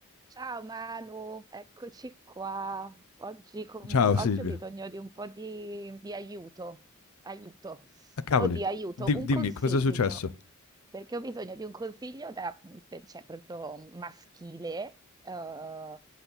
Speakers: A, on the right; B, on the left.
A: Ciao Manu, eccoci qua. Oggi, com-
B: Ciao
A: oggi
B: Silvia.
A: ho bisogno di un po' di, di aiuto, aiuto,
B: Ah cavoli.
A: oddio, aiuto,
B: Di
A: un
B: dimmi
A: consiglio,
B: cos'è successo?
A: perché ho bisogno di un consiglio da, per- cioè, proprio maschile, eh,